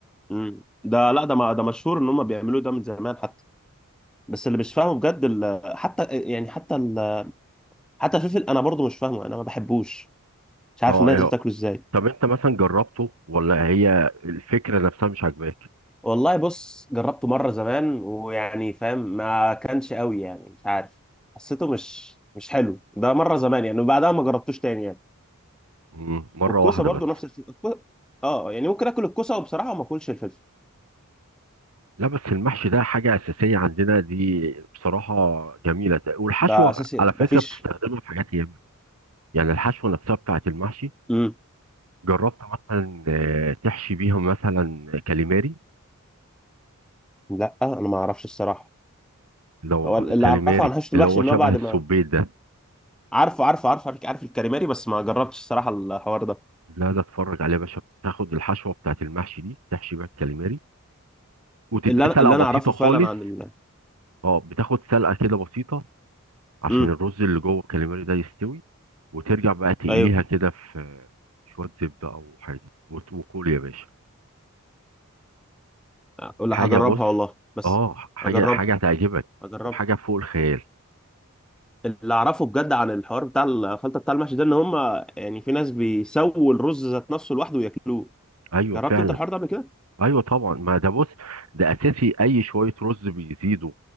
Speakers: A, in the centre; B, on the right.
A: مم. ده لا ده ما ده مشهور ان هم بيعملوه ده من زمان حتى بس اللي مش فاهمه بجد ال- حتى يعني حتى ال... حتى الفلفل انا برضو مش فاهمه انا ما بحبوش مش عارف
B: اه
A: الناس
B: ايه
A: بتاكله ازاي
B: طب انت مثلا جربته ولا هي الفكرة نفسها مش عاجباك
A: والله بص جربته مرة زمان ويعني فاهم ما كانش قوي يعني مش عارف حسيته مش مش حلو ده مرة زمان يعني وبعدها ما جربتوش تاني يعني
B: مم، مرة
A: والكوسة
B: واحدة
A: برضو
B: بس
A: نفس الفكرة الكو... اه يعني ممكن اكل الكوسة وبصراحة ما اكلش الفلفل
B: لا بس المحشي ده حاجة أساسية عندنا دي بصراحة جميلة والحشوة
A: ده اساسي
B: على فكرة
A: ما فيش
B: بتستخدمها في حاجات ياما يعني الحشوة نفسها بتاعة المحشي
A: امم
B: جربت مثلا آه، تحشي بيهم مثلا كاليماري
A: لا انا ما اعرفش الصراحة
B: لا والله
A: هو اللي
B: الكاليماري
A: اعرفه عن حشو
B: اللي
A: الوحش
B: هو
A: ان
B: شبه
A: هو بعد
B: السبيت
A: ما
B: ده
A: عارفه عارفه عارفه عارف, عارف الكاليماري بس ما جربتش الصراحة الحوار ده
B: لا ده اتفرج عليه يا باشا بتاخد الحشوة بتاعة المحشي دي تحشي بيها الكاليماري وتديها
A: اللي انا
B: سلقة
A: اللي انا
B: بسيطة
A: اعرفه
B: خالص
A: فعلا عن ال...
B: اه بتاخد سلقة كده بسيطة عشان
A: امم
B: الرز اللي جوه الكاليماري ده يستوي وترجع بقى تقليها
A: ايوه
B: كده في شوية زبدة أو حاجة وت- وكل يا باشا
A: ولا
B: حاجة
A: هجربها
B: بص
A: والله بس
B: اه حاجة
A: هجربها
B: حاجة هتعجبك
A: هجربها
B: وحاجة فوق الخيال
A: اللي اعرفه بجد عن الحوار بتاع الخلطه بتاع المحشي ده ان هم يعني في ناس بيسووا الرز ذات نفسه لوحده وياكلوه
B: أيوه
A: جربت
B: فعلا
A: انت الحوار ده قبل كده
B: أيوه طبعا ما ده بص ده أساسي أي شوية رز بيزيدوا